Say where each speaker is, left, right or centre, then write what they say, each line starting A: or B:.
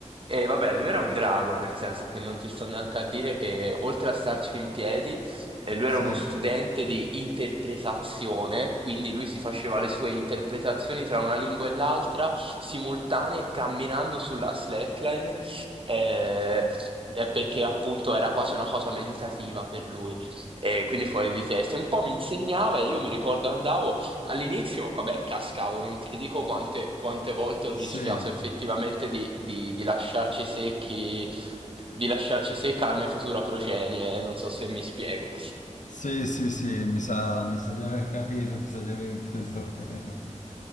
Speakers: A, on the right; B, on the left.
A: e vabbè, lui era un drago, nel senso che non ti sto neanche a dire che oltre a starci in piedi, e lui
B: Sì,
A: era uno studente di interpretazione, quindi lui si faceva le sue interpretazioni tra una lingua e l'altra, simultanee, camminando sulla slackline, eh, eh, perché appunto era quasi una cosa meditativa per lui, e quindi fuori di testa. E Un po' mi insegnava e io mi ricordo andavo all'inizio, vabbè, cascavo, non ti dico quante, quante volte ho rischiato
B: sì,
A: effettivamente di, di di lasciarci secchi, di lasciarci secca la mia futura progenie, non so se mi spiego.
B: sì, sì, sì, mi sa, mi sa di aver capito, mi sa di aver inteso bene.